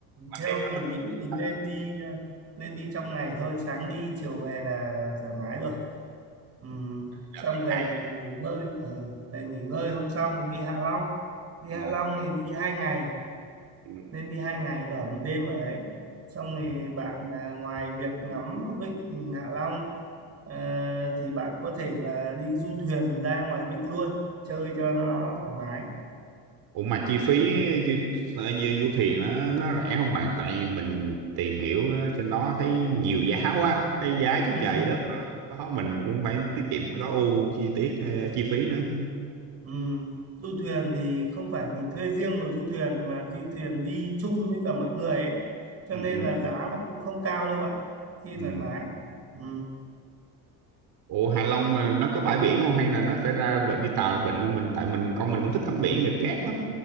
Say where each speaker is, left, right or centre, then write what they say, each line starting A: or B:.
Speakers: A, on the right; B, on the right.
A: Ban
B: theo
A: đêm nó
B: mình
A: rất
B: nghĩ
A: nhiều.
B: thì
A: ta.
B: nên đi ờ, nên đi trong ngày thôi sáng đi chiều về là thoải mái rồi ừ.
A: Đợt
B: xong
A: này
B: về
A: hai.
B: mình nghỉ ngơi ừ. về nghỉ ngơi hôm sau mình đi Hạ Long đi Hạ
A: Ừ.
B: Long thì đi hai ngày
A: Ừ.
B: nên đi hai ngày ở một đêm ở đấy xong
A: Ừ.
B: thì bạn à, ngoài việc ngắm vịnh Hạ Long Ờ, thì bạn có thể là đi du thuyền ra ngoài vịnh luôn chơi cho nó thoải mái
A: Ủa mà chi phí du, ờ, du, du thuyền nó nó rẻ không bạn? Tại mình tìm hiểu á, trên đó thấy nhiều giá <laughs> quá, thấy giá trên
B: Ừ.
A: trời dưới đất rồi. Có mình cũng phải tiết kiệm cái tối ưu chi tiết ờ, chi phí nữa.
B: ừ. du thuyền thì không phải mình thuê riêng một du thuyền mà du thuyền đi chung với cả mọi người ấy cho
A: Ừ,
B: nên
A: ừ,
B: là giá nó cũng không cao đâu bạn đi
A: ừ.
B: thoải mái ừ.
A: Ủa Hạ Long mà nó có bãi biển không hay là nó phải ra vịnh- đi tàu vịnh mình tại mình con mình cũng thích tắm biển nghịch cát lắm.